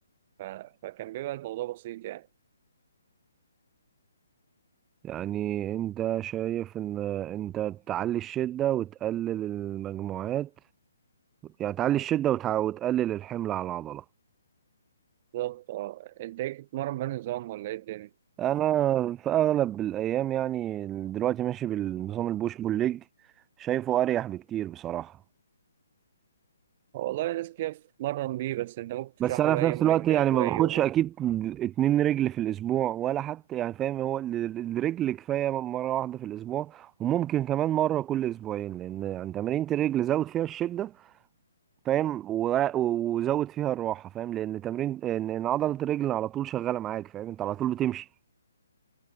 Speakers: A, on the right (about 35°); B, on the right (about 15°).
A: ف... فكان بيبقى الموضوع بسيط يعني
B: يعني انت شايف ان انت تعلي الشدة وتقلل المجموعات يعني تعلي الشدة وتع- وتقلل الحمل على العضلة
A: بالظبط اه انت ايه بتتمرن بأنهي نظام ولا ايه الدنيا؟
B: انا في اغلب الايام يعني دلوقتي ماشي بالنظام البوش بول ليج شايفه اريح بكتير بصراحة
A: هو والله ناس كتير بتتمرن بيه بس انت ممكن تشرح
B: بس انا
A: لي بقى
B: في
A: ايه
B: نفس
A: مميزات
B: الوقت يعني ما
A: وعيوبه
B: باخدش اكيد اتنين رجل في الاسبوع ولا حتى يعني فاهم هو ال- ال- الرجل كفاية مرة واحدة في الاسبوع وممكن كمان مرة كل اسبوعين لان يعني تمارين الرجل زود فيها الشدة فاهم و- وزود فيها الراحه فاهم لان تمرين ان إن عضله الرجل على طول شغاله معاك فاهم انت على طول بتمشي